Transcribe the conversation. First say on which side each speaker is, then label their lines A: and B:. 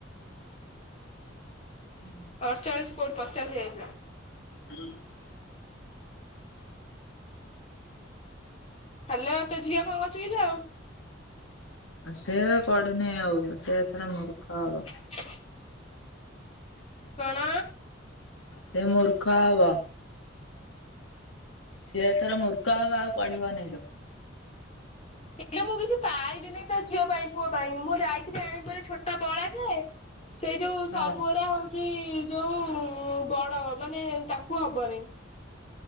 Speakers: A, on the left; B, on the left.
A: ହୁଁ।
B: ଅଠଚାଳିଶ କୋଉଠି ପଚାଶ ହେଇଯାଇଥିଲା।
A: <inaudible>
B: ହ୍ୟାଲୋ ତୋ ଝିଅ କଣଛି କିଲୋ?
A: ସେ ପଢୁନି ଆଉ ସେ ଏଥର ମୂର୍ଖ ହବ।
B: <inaudible> କଣ?
A: ସେ ମୁର୍ଖ ହବ। ସିଏ ଏଥର ମୂର୍ଖ ହବ ଆଉ ପଢ଼ିବ ନେଇଁ ଲୋ।
B: <unintelligible> ମୁଁ କିଛି ପାଇଲିନି ତୋ ଝିଅ ପାଇଁ ପୁଅ ପାଇଁ ମୁଁ ଯାଇ <unintelligible> ଆଣିବି ବୋଲି ଛୋଟ ବଳା ଯେ, ସେ ଯୋଉ
A: ହଁ
B: ସବୁଅରା ହଉ ଚି ଯୋଉ ବଡ଼ ମାନେ ତାକୁ ହବନି।